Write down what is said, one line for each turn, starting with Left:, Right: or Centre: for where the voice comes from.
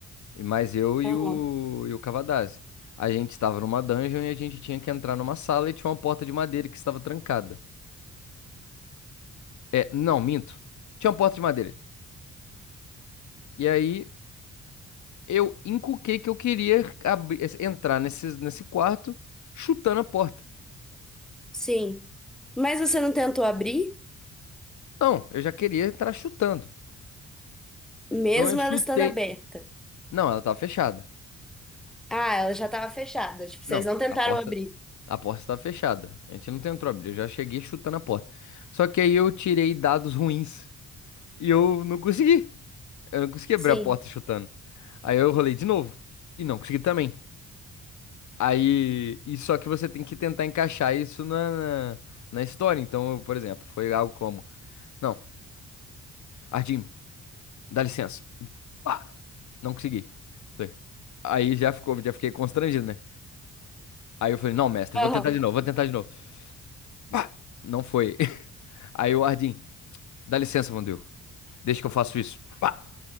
Left: E mais eu e
Centre: aham,
Left: o, e o Cavadazzi. A gente estava numa dungeon e a gente tinha que entrar numa sala e tinha uma porta de madeira que estava trancada. É, não, minto. Tinha uma porta de madeira. E aí eu encuquei que eu queria abrir, entrar nesse, nesse quarto chutando a porta.
Centre: Sim. Mas você não tentou abrir,
Left: Não, eu já queria entrar chutando.
Centre: mesmo
Left: Então eu chutei.
Centre: ela estando aberta.
Left: Não, ela tava fechada.
Centre: Ah, ela já tava fechada. Tipo, vocês
Left: Não,
Centre: não tentaram
Left: a porta,
Centre: abrir.
Left: a porta estava fechada. A gente não tentou abrir, eu já cheguei chutando a porta. Só que aí eu tirei dados ruins e eu não consegui. Eu não consegui abrir
Centre: Sim,
Left: a porta chutando. Aí eu rolei de novo e não consegui também. Aí, e só que você tem que tentar encaixar isso na, na, na história. Então, eu, por exemplo, foi algo como: Não, Ardim, dá licença. Pá! Não consegui. Falei, Aí já ficou, já fiquei constrangido, né? Aí eu falei: Não, mestre, vou
Centre: aham.
Left: tentar de novo, vou tentar de novo. Pá! Não foi. <laughs> Aí o Ardim, dá licença, Vandeu. Deixa que eu faço isso. Pá!